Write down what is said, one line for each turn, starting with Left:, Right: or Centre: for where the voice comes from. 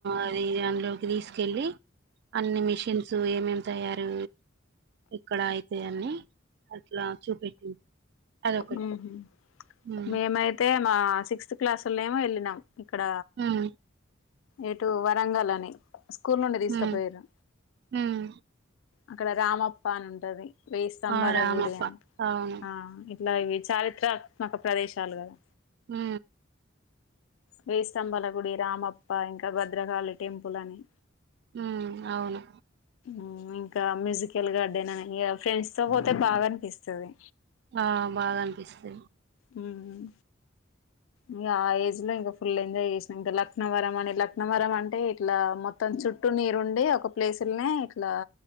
Right: అది అందులోకి తీసుకెళ్ళి అన్ని మిషిన్స్ ఏమేమి తయారు ఇక్కడ అయితే అని అట్లా చూపెట్టింది అదొకటి
Left: ఉమ్ హం
Right: ఉమ్
Left: మేమైతే మా సిక్స్త్ క్లాస్ లెమో వెలినాం. ఇక్కడ
Right: ఉమ్
Left: ఎటు వరంగల్ అని స్కూల్ నుండి తీసుకుపోయారు
Right: ఉమ్ ఉమ్
Left: అక్కడ రామప్ప అని ఉంటుంది. వెయ్యి స్తంభాల
Right: ఆ రామప్ప
Left: గుడి అని
Right: అవును
Left: ఆ ఇలా ఇవి చారిత్రాత్మక ప్రదేశాలు కదా.
Right: హు
Left: వేయి స్తంబల గుడి రామప్ప ఇంకా భద్రకాళి టెంపుల్ అని.
Right: ఉ అవును
Left: ఉమ్ ఇంకా మ్యూజికల్ గా <inaudible> ఇగ ఫ్రెండ్స్ తో పోతే బాగా అనిపిస్తుది.
Right: ఆ బాగా అనిపిస్తుంది
Left: ఇమ్ ఇగ ఆ ఏజ్ లో ఇంకా ఫుల్ ఎంజాయ్ చేసినా ఇంకా లక్నవరం. మన లక్నవరం అంటె ఇట్ల మొత్తం చుట్టూ నీరు ఉండి ఒక ప్లేసులనే ఇట్ల.